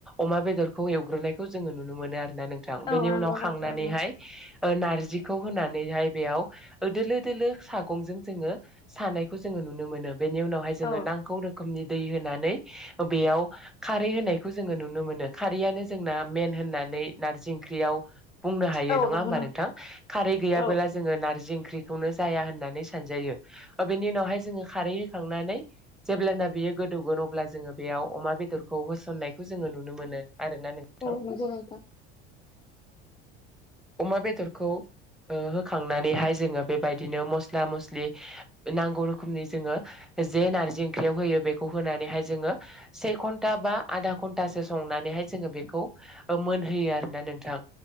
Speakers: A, in the centre; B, on the left.
A: अमा बे बेदरखौ एवग्रोनायखौ जोंङो नुनो मोनो आरोना नोंथां बेनि
B: औ नंगौ
A: उनाव खांनानैहाय
B: नोंथां
A: ओ नारजिखौ होनानैहाय बेयाव दोलो दोलो सागंजों जोङो सानायखौ जोङो नुनो मोनो बेनि उनावहाय जोङो
B: औ
A: नांगौ रोखोमनि दै होनानै बेयाव खारै होनायखौ जोङो नुनो मोनो खारैयानो जोंना मेन होनना नै नारजि ओं ख्रियाव बुंनो हायो
B: औ
A: नङा
B: नंगौ
A: होमबा नोंथां खारै गैयाबोला
B: औ
A: जोङो नारजि ओंख्रिखौनो जाया होननानै सानजायो बेनि उनावहाय जोङो खारै होखांनानै जेब्लाना बियो गोदौगोन अब्ला जोङो बेयाव अमा बेदरखौ होसननायखौ जोङो नुनो मोनो आरोना नोंथां
B: औ नंगौ नोंथां
A: अमा बेदरखौ ओ खांनानैहाय जोङो बेबायदिनो मस्ला मस्लि नांगौ रोखोमनि जोङो जे ना जि ओंख्रियाव होयो बेखौ होनानैहाय जोङो से घन्टा बा आदा घन्टासो संनानैहाय जोङो बे खौ मोनहोयो आरोना नोंथां